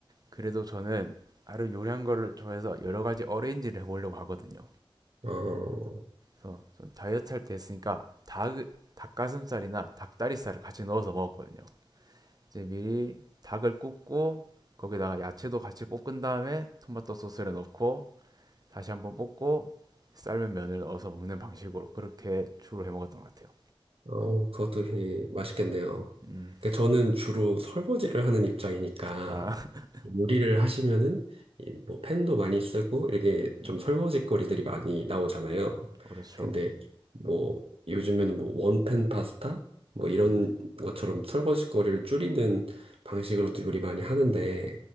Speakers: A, on the right (about 40°); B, on the right (about 70°).
A: 그래도 저는 나름 요리한 거를 좋아해서 여러 가지 어레인지를 해보려고 하거든요.
B: 어,
A: 그래서 다이어트 할 때 했으니까 닭, 닭가슴살이나 닭다리살을 같이 넣어서 먹었거든요. 이제 미리 닭을 굽고 거기다가 야채도 같이 볶은 다음에 토마토 소스를 넣고 다시 한번 볶고 삶은 면을 넣어서 먹는 방식으로 그렇게 주로 해 먹었던 것 같아요.
B: 어, 그것도 되게 맛있겠네요.
A: 음,
B: 그러니까 저는 주로 설거지를 하는 입장이니까
A: 아, <laughs>
B: 요리를 하시면은 이뭐 팬도 많이 쓰고 이렇게
A: 음,
B: 좀 설거지거리들이 많이 나오잖아요.
A: 그렇죠.
B: 근데 뭐 요즘에는 뭐 원팬 파스타 뭐
A: 음,
B: 이런 것처럼 설거지거리를 줄이는 방식으로도 요리 많이 하는데